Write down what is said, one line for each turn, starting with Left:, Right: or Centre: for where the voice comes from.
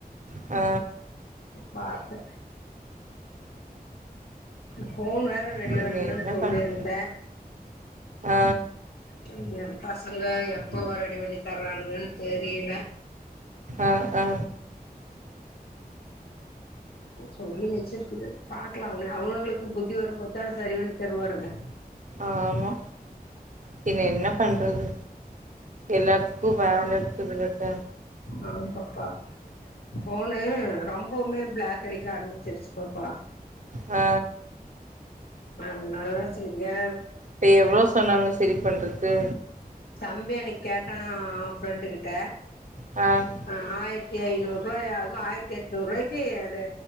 Right: அ
Left: பாத்து ஃபோன் வே ற ரெடி
Right: பின்ன
Left: பண்ணணு
Right: என்ன
Left: சொல்லியிருந்தே
Right: பண்றது ஆ
Left: ரெடி பண்ணி பசங்க எப்போ ரெடி பண்ணி தர்றானுங்கன்னு தெரியல
Right: அ அ
Left: கூப்ட் சொல்லி வெச்சிருக்குது பாக்லா அவன அவுங்களுக்கு புத்தி வரும்போத்தான சரி பண்ணி தருவாருனுங்க
Right: ஆமா பின்ன என்ன பண்றது எல்லார்த்துக்கு வேல இருக்குதுல அத்த
Left: அதையி பாத் தா ஃபோனு ரொம்பவுமே பிளாக் அடிக்க ஆரம்பிச்சிருச்சு பாப்பா
Right: ஆ
Left: அதனாலா தா செரியா
Right: சேர் எவ்ளோ சொன்னாங்க செரி பண்றக்கு
Left: தம்பி எனக் கேட்டேனா ஃப்ரெண்டு கிட்ட
Right: அ
Left: ஆ ஆயிர்த்தி நூருவாய் ஆகு ஆயிரத்தி எட்நூருவாய்க்கு அது